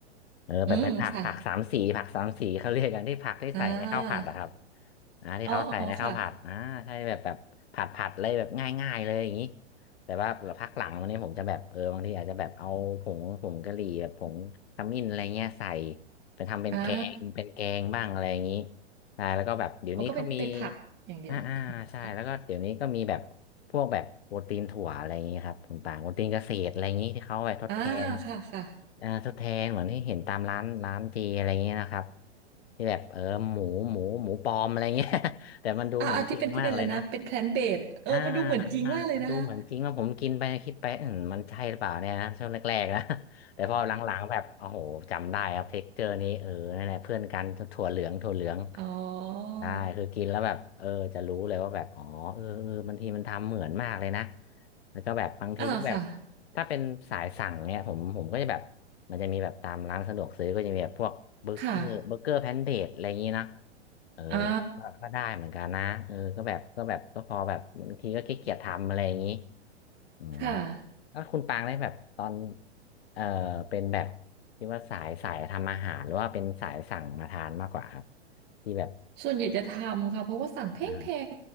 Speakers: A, on the left (about 60°); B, on the right (about 30°).
A: เออแบบเป็นผักผักสามสีผักสามสีเขาเรียกกันที่ผักที่ใส่ในข้าวผัดอะครับ
B: อืมค่ะอ่า
A: อ่าที่เขาใส่ในข้าวผัดอ่าใช่แบบแบบผัดผัดเลยแบบง่ายๆเลยอย่างนี้
B: อ๋ออ๋อค่ะ
A: แต่ว่าพักหลังวันนี้ผมจะแบบเออบางทีอาจจะแบบเอาผงผงกะหรี่แบบผงขมิ้นอะไรเงี้ยใส่เป็นทำเป็นแกงเป็นแกงบ้างอะไรอย่างนี้
B: อ่า
A: ใช่แล้วก็แบบเดี๋ยวนี้เขามี
B: อ๋อก็เป็นเป็นผักอย่างเดียวอ๋อค่ะ
A: อ่าอ่าใช่แล้วก็เดี๋ยวนี้ก็มีแบบพวกแบบโปรตีนถั่วอะไรอย่างนี้ครับคุณปางโปรตีนเกษตรอะไรอย่างนี้ที่เขาเอาไปทดแทน
B: อ่าค่ะค่ะ
A: อ่าทดแทนเหมือนที่เห็นตามร้านร้านเจอะไรอย่างนี้นะครับที่แบบเออหมูหมูหมูปลอมอะไรอย่างเงี้ย <laughs> แต่มันดูเหมือนจริงมากเลยนะ
B: อ่าอ่าที่เป็นที่เป็นอะไรนะเป็นแพลนเบสเออมาดูเหมือนจริงมากเลยนะคะ
A: อ่าอ่ามันดูเหมือนจริงว่าผมกินไปคิดไปอืมมันใช่หรือเปล่าเนี่ยนะช่วงแรกๆนะ <laughs> แต่พอหลังๆแบบโอ้โหจำได้ครับเท็กเจอร์นี้เออนั่นแหละเพื่อนกันถั่วเหลืองถั่วเหลือง
B: <laughs> อ๋อ
A: ได้คือกินแล้วแบบเออจะรู้เลยว่าแบบอ๋อเออเออบางทีมันทำเหมือนมากเลยนะแล้วก็แบบบางทีก็แบบ
B: อ่าค่ะ
A: ถ้าเป็นสายสั่งเนี่ยผมผมก็จะแบบมันจะมีแบบตามร้านสะดวกซื้อก็จะมีแบบพวกเบอร์เกอร์เบอร์เกอร์แพนเดอะไรอย่างนี้นะ
B: ค่ะ
A: เออ
B: อ่า
A: ก็ได้เหมือนกันนะเออก็แบบก็แบบก็พอแบบบางทีก็ขี้เกียจทำอะไรอย่างนี้อืม
B: ค่ะ
A: แล้วคุณปางได้แบบตอนเออเป็นแบบคิดว่าสายสายทำอาหารหรือว่าเป็นสายสั่งมาทานมากกว่าครับที่แบบ
B: ส่วนใหญ่จะทำค่ะเพราะว่าสั่งแพงแพง
A: อา